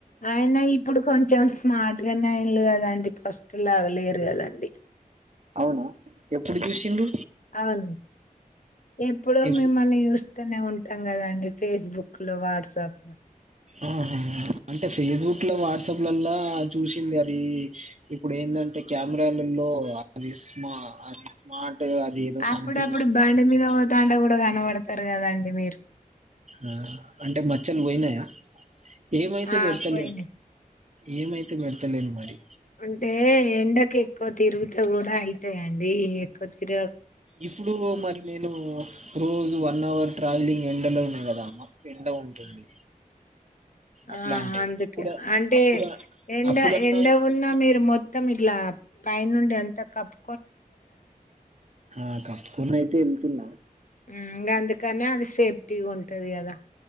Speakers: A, on the left (about 60°); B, on the right (about 50°).
A: ఆయన ఇప్పుడు కొంచెం స్మార్ట్ గానే అయి కదండిస్తు లాగా లేరు కదండి
B: అవునా ఎప్పుడు చూసిండు
A: అవును ఎప్పుడో
B: ఎప్
A: మిమ్మల్ని చూస్ చూస్తనే ఉంటాం కదాండి ఫేస్బుక్ లో వాట్సాప్ లో
B: ఆహా అంటే ఫేస్బుక్ లో వాట్సాప్ లలా చూసింది అది ఇప్పుడు ఏంటంటే కెమెరాలలో అది స్మా అది స్మార్ట్ అది ఏదో
A: అప్పుడప్పుడు
B: సంథింగ్ అంటారు
A: బండి
B: కదా!
A: మీద పోతాంటే కూడా కనపడదు చెత్తారు కదండి మీరు
B: ఆ అంటే మచ్చలు పోయినాయా ఏమైతే
A: ఆ
B: పెడతలే
A: పోయినా
B: ఏమ అయితే పెడ తెలియదు మరి
A: అంటే ఎండకి ఎక్కువ తిరుగుతే కూడా అయితాయండి ఎక్కువ తిరుగ
B: ఇప్పుడు మరి నేను రోజు వన్ అవర్ ట్రావెలింగ్ ఎండలో నే కదా ఎండ ఉంటుంది అట్లా
A: ఆ
B: అంటే
A: అందుకే
B: అప్పుడు
A: అంటే
B: అప్పుడు
A: ఎండ
B: అప్పుడన్నా
A: ఎండ
B: ఇంట్లో
A: ఉన్నా
B: ఇంట్లోనే
A: మీరు మొత్తం ఇట్లా పై నుండి ఎంత కప్పు
B: ఆ కప్పుకునయితే ఎళ్తున్నా
A: హమ్ గందుకనే అది సేఫ్టీగ్ ఉంటది కదా